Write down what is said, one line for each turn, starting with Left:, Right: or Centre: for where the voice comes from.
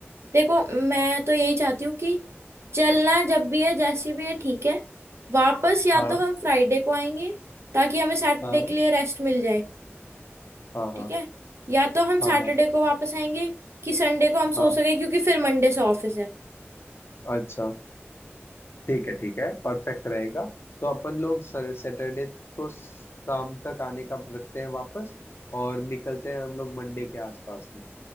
Right: देखो मैं तो यही चाहती हूँ कि चलना जब भी है जैसी भी है ठीक है वापस या
Left: हाँ
Right: तो हम फ्राइडे को आएंगे ताकि हमें सैटरडे
Left: हाँ
Right: के लिए रेस्ट मिल जाए
Left: हाँ हाँ
Right: ठीक है या तो हम सैटरडे
Left: हाँ हाँ
Right: को वापस आएंगे कि संडे को हम सो
Left: हाँ
Right: सके क्योंकि फिर मंडे से ऑफिस है
Left: अच्छा ठीक है ठीक है परफेक्ट रहेगा तो अपन लोग सैटरडे को शाम तक आने का रखते हैं वापस और निकलते हैं हम लोग मंडे के आसपास में